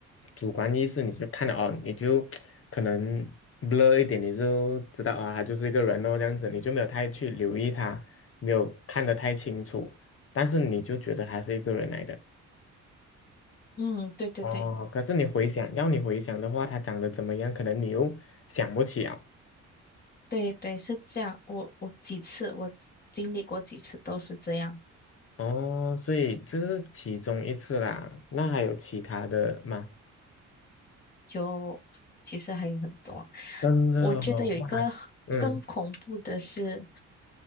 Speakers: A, on the left; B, on the left.
A: 主观意识，你就看了哦，你就可能 blur 一点，你就知道啊、他就是一个人哦，这样子，你就没有太去留意他，没有看得太清楚，但是你就觉得他是一个人来的。
B: 嗯，对对对
A: 哦，可是你回想，要你回想的话，他长得怎么样，可能你又想不起啊。
B: 对对，是这样。我我几次我经历过几次都是这样。
A: 哦，所以这是其中一次啦。那还有其他的吗？
B: 有，其实还有很多啊
A: 真的哦，
B: 我觉得有一个更恐怖的是，
A: 哇，嗯